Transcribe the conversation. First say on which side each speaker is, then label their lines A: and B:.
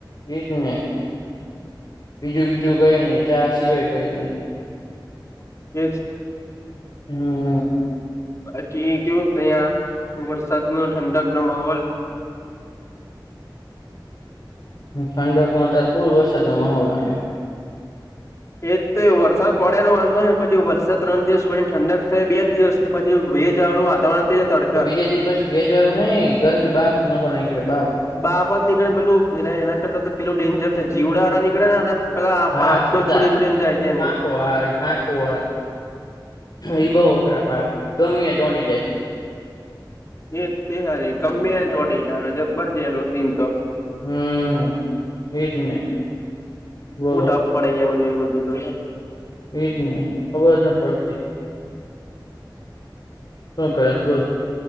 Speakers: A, on the left (about 55°); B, on the left (about 35°).
A: એજ ને બીજું બીજું ગય નહ ચા સિવાય ગય નહ
B: એ
A: હમમ.
B: બાકી કેવું તહીયા વરસાદ નો ઠંડક નો માહોલ
A: ઠંડક ના પૂર વરસાદ નો માહોલ આવે.
B: એ તો વરસાદ પડે વાંધો ને પછી વરસાદ ત્રણ દિવસ પછી ઠંડક થાય બે. દિવસ ને પછી ભેજ વાળું વાતાવરણ થઈ જાય તડકા.
A: કખજે પ્ર. ભેજ વાળું નહી ગરમી બાપ નાખ ની બાપ.
B: બાહફર નીકળેને પેલું પેલા એના કરતા તો પેલું ડેન્જર છે જીવડા વાળા નીકળે ને. પેલા
A: હા
B: પાંખ્યો
A: ખુદા
B: છોડી છોડીને જાય છે એની.
A: પાંખો હા, પાંખું વાળા એ બહુ અઘરા પ ગમેયા ચોંટી જાય.
B: એ તેયાર ગમેને, ચોડીે યાર! જબબર છેનું સીન તો.
A: હમ એજ ને બોલો
B: ઓટા. પડી જાય, બધું એ બધું તો.
A: એઈ જ ને, ખબર જ ને પડતી. શું કરીશ? બોલ.